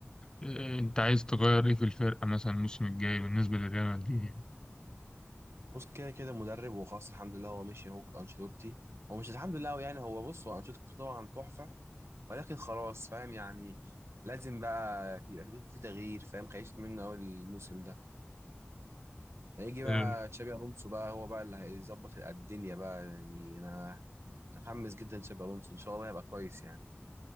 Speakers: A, on the left (about 15°); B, on the right (about 70°).
A: اه، انت عايز تغير ايه في الفرقة مثلا الموسم الجاي بالنسبة للريال مدريد يعني؟
B: بص كده كده مدرب هو خلاص الحمد لله هو مشي هو انشيلوتي هو مش الحمد لله هو يعني هو بص هو انشيلوتي طبعا تحفه ولكن خلاص فاهم يعني لازم بقى في يبقى في تغيير فاهم خيشت منه اول الموسم ده هيجي بقى
A: ال-
B: تشابي الونسو بقى هو بقى اللي هيظبط الدنيا بقى يعني انا متحمس جدا تشابي الونسو ان شاء الله هيبقى كويس يعني